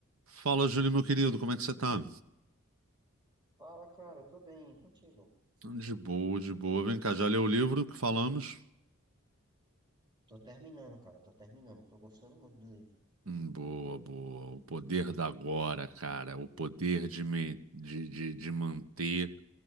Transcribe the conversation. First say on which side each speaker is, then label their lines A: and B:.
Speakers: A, on the right; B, on the right.
A: Fala, Júlio, meu querido, como é que você tá?
B: Fala, cara, eu tô bem, e contigo.
A: De boa, de boa. Vem cá, já leu o livro que falamos?
B: Tô terminando, cara, tô terminando. Tô gostando muito do livro.
A: Hum, boa, boa. O poder da agora, cara. O poder de, me- de, de, de manter